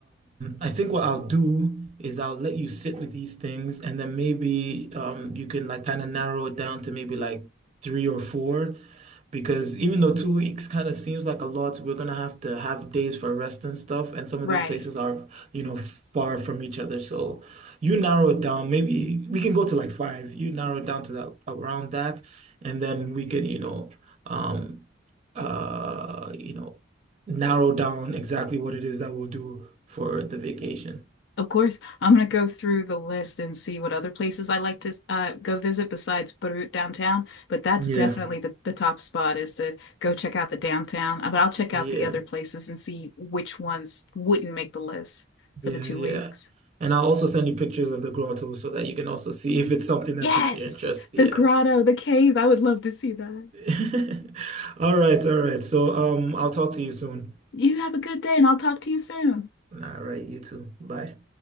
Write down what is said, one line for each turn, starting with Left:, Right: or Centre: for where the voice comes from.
Right: I think what I'll do is I'll let you sit with these things and then maybe um, you can like kind of narrow it down to maybe like three or four because even though two weeks kind of seems like a lot, we're gonna have to have days for rest and stuff, and some of
Left: Right.
Right: these places are, you know, far from each other. So you narrow it down, maybe we can go to like five. You narrow it down to that around that, and then we can, you know, um uh you know narrow down exactly what it is that we'll do for the vacation.
Left: Of course, I'm gonna go through the list and see what other places I like to uh, go visit besides Beirut downtown. But that's
Right: Yeah.
Left: definitely the, the top spot is to go check out the downtown. Uh, But I'll check
Right: Yeah,
Left: out the other places and see which ones wouldn't make the list for
Right: yeah,
Left: the two
Right: yeah.
Left: weeks.
Right: And I'll also send you pictures of the grotto so that you can also see if it's something
Left: Yes,
Right: that piques your interest. Yeah.
Left: the grotto, the cave. I would love to see that.
Right: <laughs> All right, all right. So, um, I'll talk to you soon.
Left: You have a good day, and I'll talk to you soon.
Right: All right, you too. Bye.